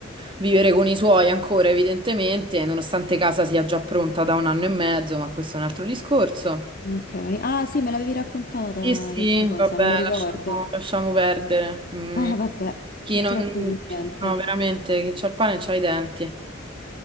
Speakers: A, on the right; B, on the left.
A: vivere con i suoi ancora, evidentemente, nonostante casa sia già pronta da un anno e mezzo, ma questo è un altro discorso.
B: Ok. Ah, sì, me l'avevi raccontata
A: Sì, sì,
B: questa cosa,
A: vabbè,
B: me lo ricordo.
A: lasciamo, lasciamo perdere. Mm,
B: Eh, vabbè,
A: chi
B: chi
A: non...
B: troppo chi niente.
A: sì, No, veramente, chi c'ha il pane c'ha i denti.